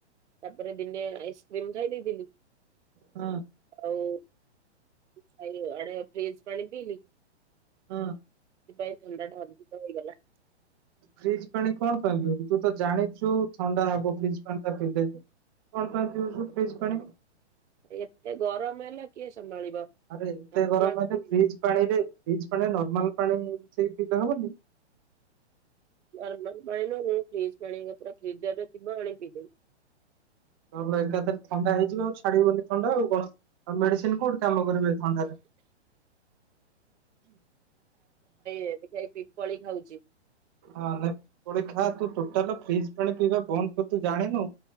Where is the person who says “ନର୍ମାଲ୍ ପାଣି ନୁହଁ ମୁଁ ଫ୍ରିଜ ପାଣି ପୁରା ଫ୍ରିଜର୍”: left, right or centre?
Right